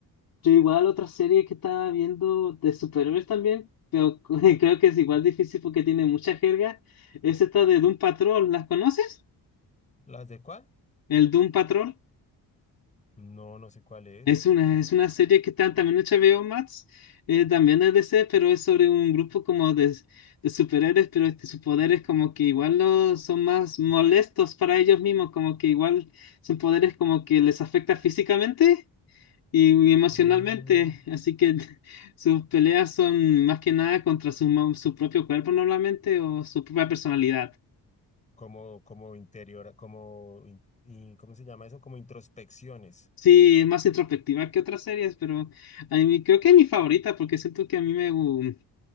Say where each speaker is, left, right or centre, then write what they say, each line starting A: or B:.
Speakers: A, on the left; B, on the left.
A: Yo igual otra serie que estaba viendo de superhéroes también, pero <laughs> creo que es igual difícil porque tiene mucha jerga, es esta de Doom Patrol, ¿las conoces?
B: ¿Las de cuál?
A: El Doom Patrol
B: No, no sé cuál es.
A: es una, es una serie que está también en HBO Max, eh, también es D C pero es sobre un grupo como de, de superhéroes, pero este, sus poderes como que igual lo- son más molestos para ellos mismos, como que igual son poderes como que les afecta físicamente y emocionalmente,
B: Mm,
A: así que <laughs> sus peleas son más que nada contra su, mo- su propio cuerpo normalmente o su propia personalidad.
B: como, como interior, como, in- in- ¿cómo se llama eso? Como introspecciones.
A: Sí, es más introspectiva que otras series, pero a mí creo que es mi favorita porque siento que a mí me gu-